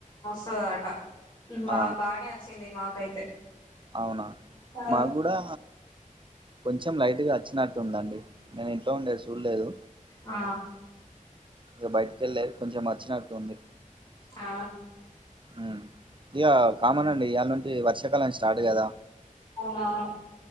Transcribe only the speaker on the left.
వాట మాక్
బానే వచ్చింది మాకైతే
ఆ
ఆ
ఆ
అవునవును